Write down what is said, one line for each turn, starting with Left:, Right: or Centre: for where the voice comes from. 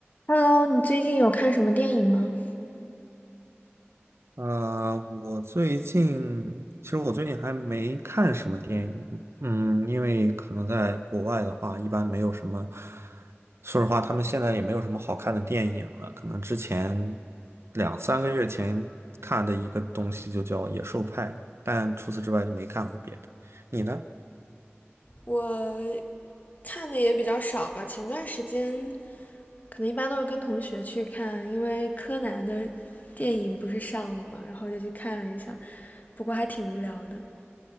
Left: Hello，你最近有看什么电影吗？
Right: 呃，我最近其实我最近还没看什么电影，嗯，因为可能在国外的话，一般没有什么，说实话，他们现在也没有什么好看的电影了。可能之前两三个月前看的一个东西就叫《野兽派》，但除此之外就没看过别的。你呢？
Left: 我看的也比较少吧，前段时间可能一般都是跟同学去看，因为柯南的电影不是上了嘛，然后就去看了一下，不过还挺无聊的。